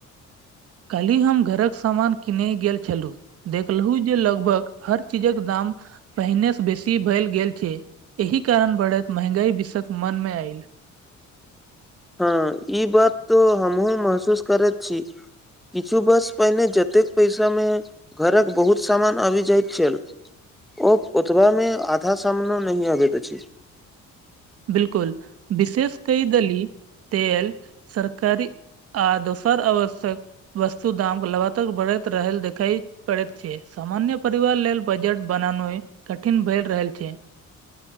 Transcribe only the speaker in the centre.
हँ ई बात तो हमहहुँ महसूस करैत छी। किछु बस पहिने जतेक पैसामे घरक बहुत सामान आबि जाइत छल। ओ ओतबामे आधा सामनो नही अबैत अछि